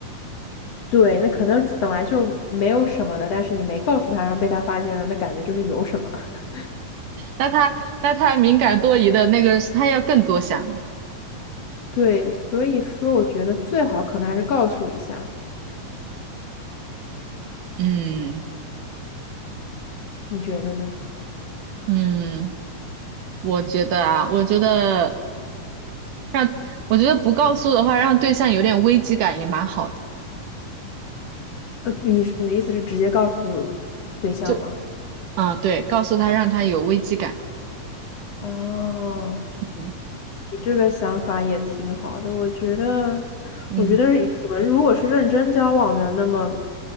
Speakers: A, on the left (about 55°); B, on the right (about 70°).
A: 对，那可能本来就没有什么的，但是你没告诉他，然后被他发现了，那感觉就是有什么。<laughs>
B: 那他那他敏感多疑的那个，他要更多想。
A: 对，所以说我觉得最好可能还是告诉一下，
B: 嗯
A: 你觉得呢？
B: 嗯，我觉得啊，我觉得。让我觉得不告诉的话，让对象有点危机感也蛮好的。
A: 呃，你是你的意思是直接告诉对象吗？
B: 就啊，对，告诉他让他有危机感。
A: 哦，
B: 嗯
A: 你这个想法也挺好的，我觉得，
B: 嗯
A: 我觉得是你们如果是认真交往的，那么